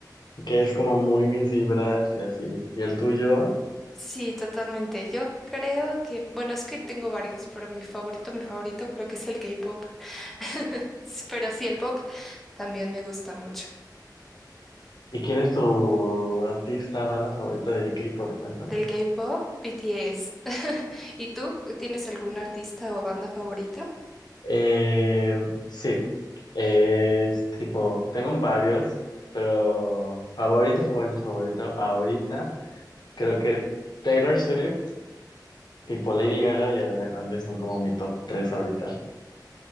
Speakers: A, on the left; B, in the centre.
A: que es como muy mis vibras y así. ¿Y el tuyo?
B: Sí, totalmente. Yo creo que, bueno, es que tengo varios, pero mi favorito, mi favorito creo que es el K-pop. <laughs> Pero sí, el pop también me gusta mucho.
A: ¿Y quién es tu artista, banda favorita de K-pop? Cuéntame.
B: Del K-pop, BTS. <laughs> ¿Y tú tienes algún artista o banda favorita?
A: Eh, sí, es tipo, tengo varios, pero favorito, favorito, favorito, ahorita creo que Taylor Swift, tipo Lady Gaga y Ariana Grande son como mi top 3 ahorita.